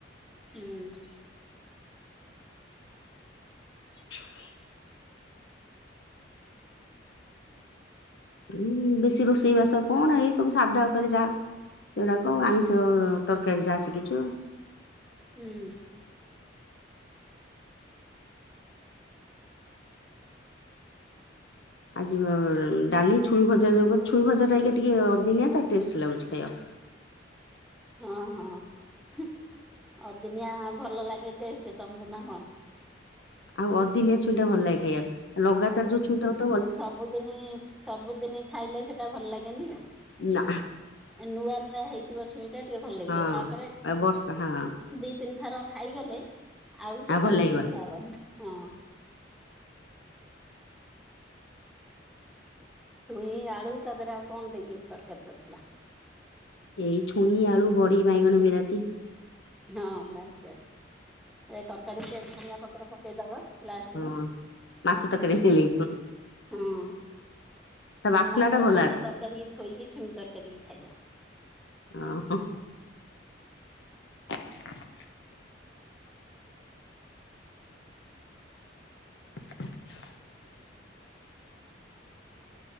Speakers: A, in the centre; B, on the left.
A: ହୁଁ।
B: <inaudible> ଉଁ ବେଶୀ ରୋଷେଇବାସ କଣ ଏଇ ସବୁ ସାଧା ଉପରେ ଯା। ଏରାକ ଆଇଁଷ ତରକାରୀ ଯାହା ଶିଖିଛୁ।
A: ହୁଁ।
B: ଆଜି ଡାଲି, ଛୁଇ ଭଜା, ଯୋଗୁଛୁଇଁ ଭଜା ଟା ଟିକେ ଅଦିନିଆ ଟେଷ୍ଟ ଲାଗୁଛି ଖାଇବାକୁ।
A: ହଁ ହଁ ହିଅଦିନିଆ ଭଲ ଲାଗେ ଟେଷ୍ଟ ତମକୁ ନା କଣ?
B: ଆଉ ଅଦିନିଆ ଛୁଇଁଟା ଭଲଲାଗେ ଖାଇବାକୁ, ଲଗାତାର ଯେଉଁ ଛୁଇଁଟା ହେଇଥିବ
A: ସବୁଦିନେ, ସବୁଦିନେ ଖାଇଲେ ସେଟା ଭଲ ଲାଗେନି ଆଉ।
B: ନା।
A: ନୂଆ ନୂଆ ହେଇଥିବ ଛୁଇଁ ଟା ଟିକେ ଭଲ ଲାଗିବ
B: ହଁ
A: ତାପରେ
B: ଆଉ ବର୍ଷା ହଁ
A: ଦି ତିନି ଥର ଖାଇଗଲେ ଆଉ ସେ
B: ଭଲ
A: ଛୁଇଁକି
B: ଲାଗିବନି।
A: ଇଚ୍ଛା ହବନି ହଁ। ଛୁଇଁ ଆଳୁ ତା ଦେହରେ ଆଉ କଣ ଦେଇକି ତରକାରୀ କରିଥିଲା?
B: ଏଇ ଛୁଇଁ ଆଳୁ ବଡ଼ି ବାଇଗଣ ବିଲାତି।
A: ହଁ ବାସ୍‌ ବାସ୍‌। ଏରା ତରକାରୀ ଉପରେ ଧଣିଆ ପତ୍ର ପକେଇଦବା ଲାଷ୍ଟ
B: ହଁ
A: କୁ।
B: ମାଛ ତରକାରୀ
A: ଆଁ
B: ଭଲ ଲାଗିବ
A: ହଁ।
B: ତା ବାସ୍ନା
A: ମାଛ
B: ଟା ଭଲ
A: ମାଂସ
B: ଆସେ
A: ତରକାରୀ ଥୋଇକି ଛୁଇଁ ତରକାରୀ ଖାଇବ।
B: ଆଁ ହଁ। <inaudible> <inaudible>